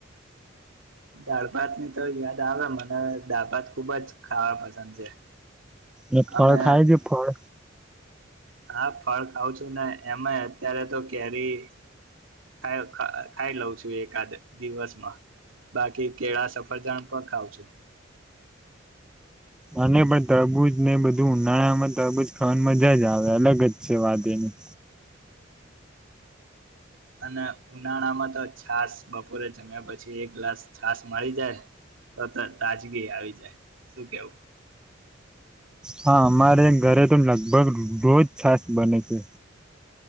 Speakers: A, on the right; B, in the centre.
A: દાળ ભાતની તો યાદ આવે મને દાળ ભાત ખુબ જ ખાવા પસંદ છે.
B: અને ફળ
A: અમે
B: ખાય જે ફળ?
A: હા, ફળ ખઉં છું ને એમે અત્યારે તો કેરી ખાઈ ખ-ખાઈ લઉં છું એકાદ દિવસમાં. બાકી કેળા સફરજણ પણ ખાવં છું.
B: અને પણ તરબુજ ને બધું ઉનાળામાં તબુજ ખાવાની મજા જ આવે અલગ જ છે વાત એની.
A: અને ઉનાળા માં તો છાસ બપોરે ચમ્યા પછી એક ગ્લાસ છાસ મળી જાય તો ત-તાજગી આવી જાય, શું કહેવું?
B: હા, અમારે ઘરે તો લગભગ રોજ છાસ બને છે.